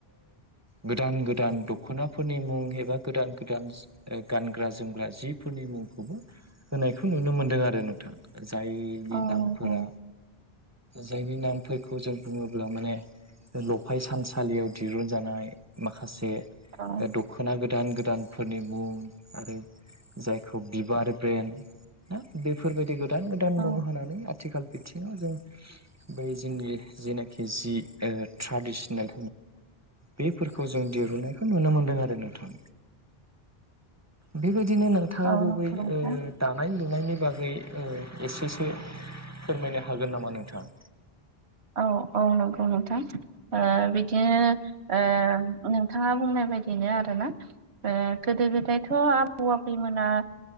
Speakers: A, on the right; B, on the right.
A: गोदान गोदान दख'नाफोरनि मुं एबा गोदान गोदान गानग्रा जोमग्रा जिफोरनि मुं मुंखौबो होनायखौ नुनो मोनदों आरो नोंथां जायनि
B: औ
A: नामफोरा
B: नंगौ
A: जायनि नाम फोरखौ जों बुङोब्ला माने लफाय सानसालियाव दिरुनजानाय माखासे
B: औ
A: दख'ना गोदान गोदानफोरनि मुं आरो जायखौ बिबार ब्रेन ना बेफोरबायदि गोदान गोदान मुं
B: औ
A: होनानै आथिखालाव बिथिङाव जों बै जोंनि जेनाखि जि ट्रेडिसनेल बेफोरखौ जों दिरुननायखौ नुनो मोनदों आरो नोंथां, बेबादि बिदिनो नोंथाङाबो
B: औ नंगौ
A: बै ओ
B: नोंथां
A: दानाय लुनायनि बागै बै एसेसो फोरमायनो हागोन नामा नोंथाङा
B: औ औ नंगौ नोंथां ओ बिदिनो ओ नोंथाङा बुंनाय बायदिनो आरो ना ओ गोदो गोदायथ' आ आबौ आबैमोना